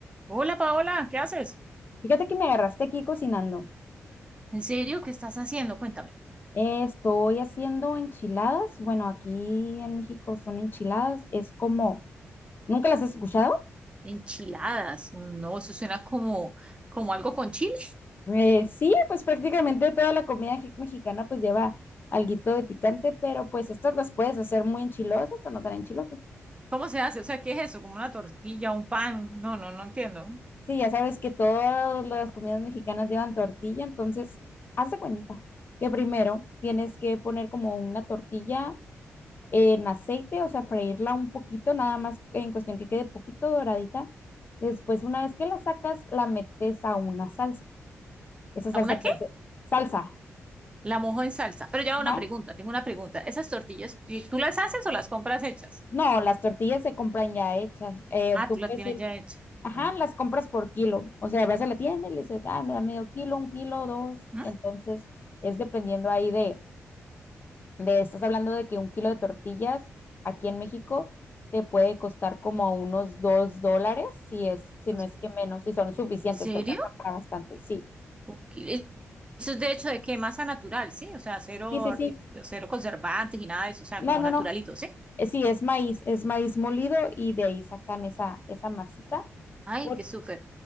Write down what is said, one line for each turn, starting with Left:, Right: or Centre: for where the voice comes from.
Right: Hola Paola, ¿qué haces?
Left: Fíjate que me agarraste aquí cocinando.
Right: ¿En serio? ¿Qué estás haciendo? Cuéntame.
Left: Eh, Estoy haciendo enchiladas. Bueno, aquí en México son enchiladas. Es como, ¿nunca las has escuchado?
Right: Enchiladas. No, eso suena como, como algo con chile.
Left: Eh, sí, pues prácticamente toda la comida je- mexicana pues lleva alguito de picante, pero pues estas las puedes hacer muy enchilosas o no tan enchilosas.
Right: ¿Cómo se hace? O sea, ¿qué es eso? ¿Como una tortilla, un pan? No, no, no entiendo.
Left: Sí, ya sabes que todas las comidas mexicanas llevan tortilla, entonces haz de cuenta que primero tienes que poner como una tortilla en aceite, o sea, freírla un poquito, nada más en cuestión que quede poquito doradita. Después, una vez que la sacas, la metes a una salsa. Esa salsa
Right: ¿A una
Left: puede
Right: qué?
Left: ser salsa.
Right: La mojo en salsa. Pero ya
Left: Ajá.
Right: una pregunta, tengo una pregunta. ¿Esas tortillas, ¿tú tú las haces o las compras hechas?
Left: No, las tortillas se compran ya hechas. Eh,
Right: Ah,
Left: tú
Right: tú
Left: puedes
Right: las tienes
Left: ir,
Right: ya hechas.
Left: ajá,
Right: Ah,
Left: las compras por kilo. O sea, vas a la tienda y le dices, ah, me da medio kilo, un kilo, dos.
Right: ¿mm?
Left: Entonces, es dependiendo ahí de, De, estás hablando de que un kilo de tortillas aquí en México te puede costar como unos dos dólares, si es, si
Right: Pues,
Left: no es que menos, si son suficientes,
Right: ¿En serio?
Left: te alcanza para bastante. Sí,
Right: Ok, e- Eso es de hecho de que masa natural, ¿sí? O sea, cero,
Left: sí, sí,
Right: artif-
Left: sí.
Right: cero conservantes y nada de eso, o sea,
Left: No,
Right: como
Left: no,
Right: naturalito,
Left: no.
Right: ¿sí?
Left: Eh, Sí, es maíz, es maíz molido y de ahí sacan esa, esa masita.
Right: Ay,
Left: Por-
Right: qué súper.